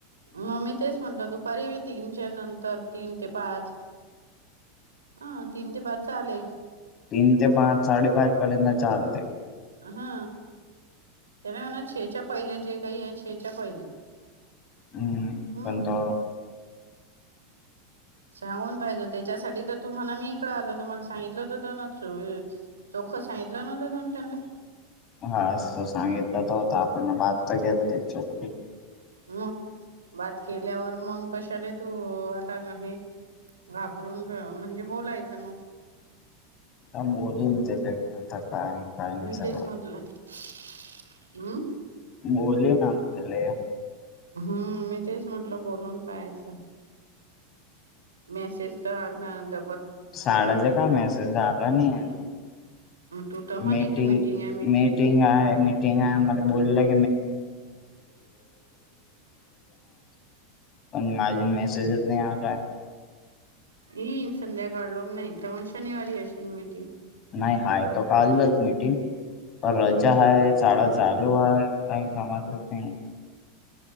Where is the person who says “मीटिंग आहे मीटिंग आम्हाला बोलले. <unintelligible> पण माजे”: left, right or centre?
Left